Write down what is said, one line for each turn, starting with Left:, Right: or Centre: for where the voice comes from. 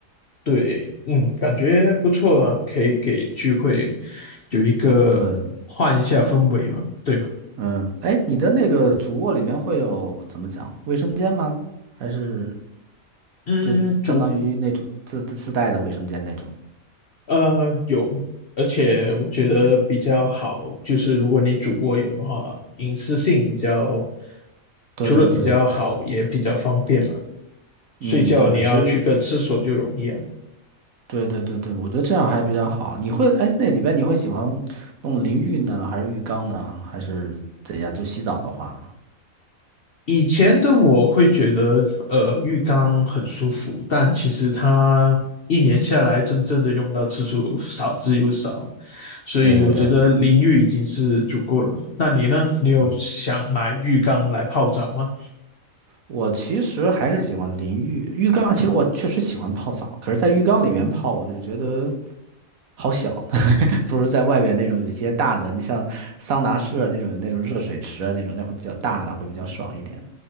Left: 对，嗯，感觉不错啊，可以给聚会有一个换一下氛围嘛，
Right: 对，
Left: 对吧？
Right: 嗯，哎，你的那个主卧里面会有怎么讲卫生间吗？还是
Left: 嗯，
Right: 就相当于那种自自带的卫生间那种？
Left: 主呃，有，而且我觉得比较好，就是如果你主卧有的话，隐私性比较，
Right: 对对对。
Left: 除了比较好，也比较方便嘛。睡觉你要去个厕所就容易啊。
Right: 嗯，对，其实对对对对，我觉得这样还比较好。你会，哎，那里边你会喜欢弄淋浴呢，还是浴缸呢，还是怎样？就洗澡的话，
Left: 以前的我会觉得，呃，浴缸很舒服，但其实它一年下来真正的用到次数少之又少，所以我觉得淋浴已经是足够了。
Right: 对对对
Left: 那你呢？你有想买浴缸来泡澡吗？
Right: 对，我其实还是喜欢淋浴，浴缸其实我确实喜欢泡澡，可是，在浴缸里面泡，
Left: <laughs> 嗯
Right: 我就觉得好小，<laughs> 不如在外边那种有一些大的，你像桑拿室啊那种有那种热水池啊那种，那会比较大的，会比较爽一点。